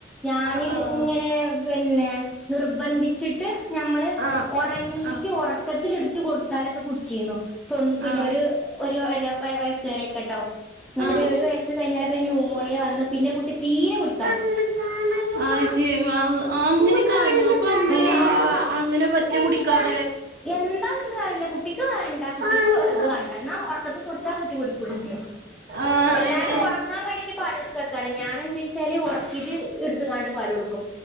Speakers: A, in the centre; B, on the right (about 55°).
A: ഞാന്
B: ആഹ് ആഹ്
A: ഇങ്ങനെ പിന്നെ നിർബന്ധിച്ചിട്ട് നമ്മൾ
B: ആഹ്
A: ഉറങ്ങീട്ട്
B: ആഹ്
A: ഉറക്കത്തിലെട് ഇത് കൊടുത്താലക്കെ കുടിച്ചിന്നു തൊ പിന്നെ
B: ആഹ്
A: ഒരു ഒരു <unintelligible> വയസ് വരെൊക്കെട്ടോ എന്നിട്ട്പിന്നെ
B: ആഹ്
A: ഒരു വയസ്സ് കഴിഞ്ഞാല പിന്ന ന്യൂമോണിയ വന്ന് പിന്നെ കുട്ടി തീരെ കുടി
B: <unintelligible> <unintelligible> അപ്പ ന്ത്‌
A: ആഹ്
B: <unintelligible>
A: എന്താന്നൊന്നറിയില്ല കുട്ടിക്ക് വേണ്ട കുട്ടിക്ക്
B: ആഹ്
A: പ്പ് ഇത് വേണ്ട എന്ന ഒറക്കത്തി കൊടുത്താ കുട്ടി കുടി കുടിക്കും
B: ആഹ്
A: എല്ലാരും ഒറങ്ങാൻ വേണ്ടിട്ട് പാലൊടു ക്കാർ ഞാൻ എന്താച്ചാല് ഉറക്കീട്ട് എടുത്തിക്കണ്ട് പലൊടുക്കും